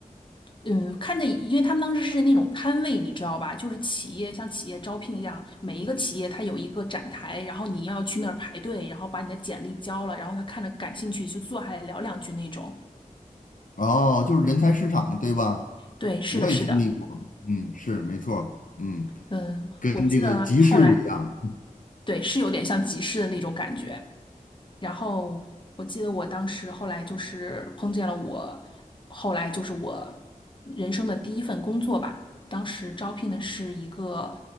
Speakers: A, on the left; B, on the left.
A: 嗯，看着，因为他们当时是那种摊位，你知道吧？就是企业像企业招聘一样，每一个企业它有一个展台，然后你要去那儿排队，然后把你的简历交了，然后他看着感兴趣就坐下来聊两句那种。
B: 哦，就是人才市场，对吧？
A: 对，是的，
B: 我也经历过，
A: 是的，
B: 嗯，是没错儿嗯，
A: 嗯，
B: 跟这个集市一样，
A: 我记得后来，对，是有点像集市的那种感觉。然后我记得我当时后来就是碰见了我，后来就是我人生的第一份工作吧。当时招聘的是一个